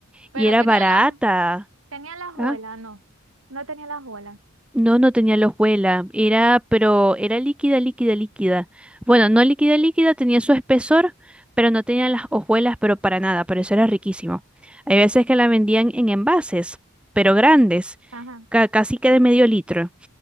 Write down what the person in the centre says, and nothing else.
Y era
barata.
Ah,
no, no tenía hojuela. Era, pero era líquida, líquida, líquida. Bueno, no líquida, líquida, tenía su espesor, pero no tenía las hojuelas, pero para nada. Pero eso era riquísimo. Hay veces que la vendían en envases, pero grandes,
ca- casi que de medio litro.